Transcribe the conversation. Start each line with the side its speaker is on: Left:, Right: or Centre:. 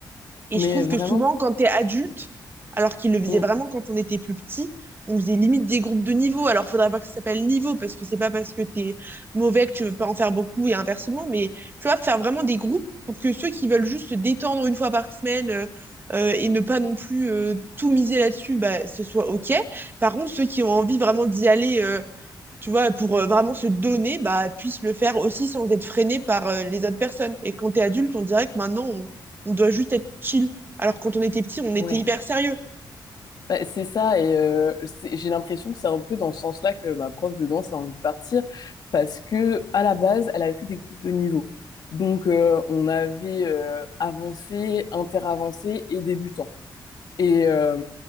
Right: Et
Left: Mais
Right: je trouve
Left: vraiment,
Right: que souvent, quand t'es adulte, alors qu'ils le faisaient
Left: mm,
Right: vraiment quand on était plus petit, on faisait limite des groupes de niveau. Alors, faudrait pas que ça s'appelle niveau, parce que c'est pas parce que t'es mauvais que tu veux pas en faire beaucoup et inversement. Mais tu vois, faire vraiment des groupes pour que ceux qui veulent juste se détendre une fois par semaine euh, euh, et ne pas non plus euh, tout miser là-dessus, bah, ce soit OK. Par contre, ceux qui ont envie vraiment d'y aller euh, tu vois, pour euh, vraiment se donner, bah, puisse le faire aussi sans être freiné par euh, les autres personnes. Et quand t'es adulte, on dirait que maintenant, on, on doit juste être chill. Alors que quand on était petit, on
Left: ouais.
Right: était hyper sérieux.
Left: Bah, c'est ça, et euh, c'est- j'ai l'impression que c'est un peu dans ce sens-là que ma prof de danse a envie de partir, parce que à la base, elle avait fait des groupes de niveau. Donc, euh, on avait euh, avancé, interavancé et débutant. Et euh,